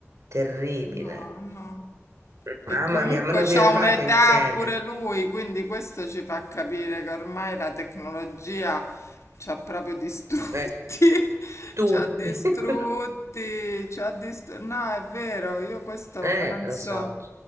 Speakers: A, on the right; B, on the left.
A: terribile.
B: no, no. E
A: Mamma
B: comunque
A: mia, ma non vivevate
B: c'ha un'età
A: insieme?
B: pure lui, quindi questo ci fa capire che ormai la tecnologia ci ha proprio distrutti,
A: Eh,
B: <laughs>
A: tutti.
B: ci ha distrutti,
A: <laughs>
B: ci ha distrutti. No, è vero, io questo
A: Eh,
B: lo penso.
A: lo so,